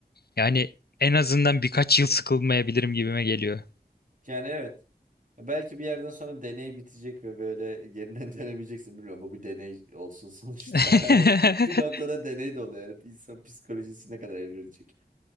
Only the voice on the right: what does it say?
Yani evet. Belki bir yerden sonra deney bitecek ve böyle yeniden <laughs> denemeyeceksin bilmiyorum. Bu bir deney olsun sonuçta.
<laughs> Hani bir noktada deney de oluyor. Yani insan psikolojisi ne kadar evrilecek.